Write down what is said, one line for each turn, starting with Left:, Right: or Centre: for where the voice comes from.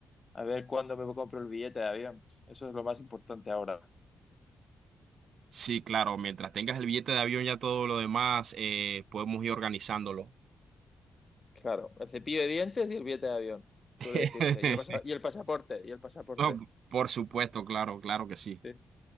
Left: a ver cuándo me compro el billete de avión. Eso es lo más importante ahora.
Right: Sí, claro, mientras tengas el billete de avión ya todo lo demás, eh, podemos ir organizándolo.
Left: Claro, el cepillo de dientes y el billete de avión,
Right: <laughs>
Left: suele decirse. Y el pasa- y el pasaporte, y el pasaporte.
Right: No, por supuesto, claro, claro que sí.
Left: Sí,